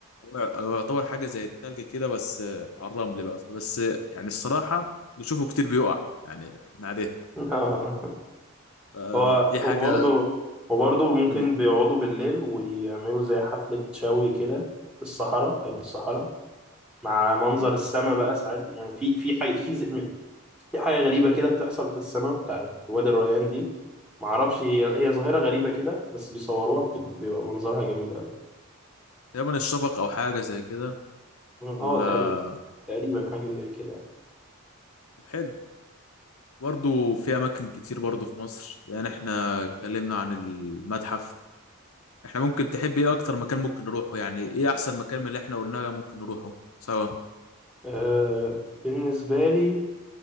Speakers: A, on the left (about 75°); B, in the centre.
A: هو هو يعتبر حاجة زي التلج كده بس آه، على الرمل بقى فبس آه، يعني الصراحة بشوفه كتير بيقع يعني من عليه
B: <laughs> آه.
A: فدي
B: هو وبرضه
A: حاجة
B: وبرضه ممكن
A: مم.
B: بيقعدوا بالليل ويعملوا زي حفلة شوي كده في الصحراء في قلب الصحراء مع منظر
A: آه.
B: السماء بقى ساعات يعني في في حاجة في ز- في حاجة غريبة كده بتحصل في السماء بتاعت وادي الريان دي معرفش هي هي ظاهرة غريبة كده بس بيصوروها بت- بيبقى منظرها جميل أوي
A: تقريبا الشفق أو حاجة زي كده ولا
B: اه تقريبا تقريبا حاجة زي كده يعني.
A: طب حلو برضه في أماكن كتير برضه في مصر يعني احنا اتكلمنا عن المتحف احنا ممكن تحب ايه أكتر مكان ممكن نروحه يعني ايه أحسن مكان من اللي احنا قلناه ممكن نروحه سوا
B: آه بالنسبة لي